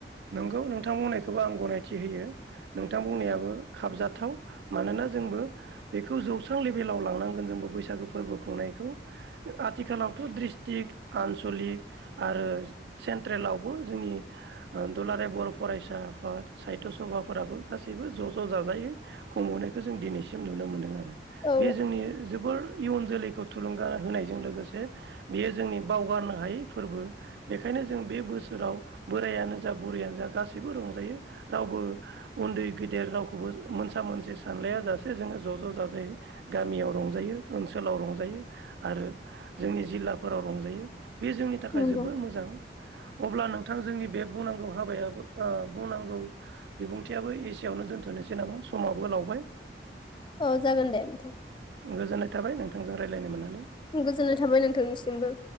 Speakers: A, on the right; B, on the left.
A: नोंगौ नोंथां बुंनायखौबो आं गनायथि होयो नोंथां बुंनायाबो खाबजाथाव मानोना जोंबो बेखौ जौस्रां लेभेलाव लांनांगोन जोंबो बैसागो फोरबो खुंनायखौ आथिखालावथ द्रि ट्रिक आनसलिक आरो सेन्ट्रेलावबो जोंनि दुलाराय बर फरायसा आफाद साहित्य सभाफोराबो गासैबो ज ज जाजायै खुंबोनायखौ जों दिनैसिम नुनो मोनदों आरो
B: औ
A: बे जोंनि जोबोर इयुन जोलैखौ थुलुंगा होनायजों लोगोसे बेयो जोंनि बावगारनो हायै फोरबो बेखायनो जों बे बोसोराव बोरायानो जा बुरैयानो जा गासैबो रंजायो रावबो उन्दै गेदेर रावखौबो मोनसा मोनसि सानलाया जासे जोङो ज ज जाजाय गामियाव रंजायो ओनसोलाव रंजायो। आरो जोंनि जिल्ला फोराव रंजायो। बे जोंनि थाखाय
B: नंगौ
A: जोबोर मोजां। अब्ला नोंथां जोंनि बे बुंनांगौ हाबायाबो ओ बुंनांगौ बिबुंथियाबो एसे आवनो दोनथनोसै नामा समाबो लावबाय
B: औ जागोन दे नोंथां
A: गोजोननाय थाबाय नोंथांजों रायज्लायनो मोननानै
B: गोजोननाय थाबाय नोंथांनिसिमबो।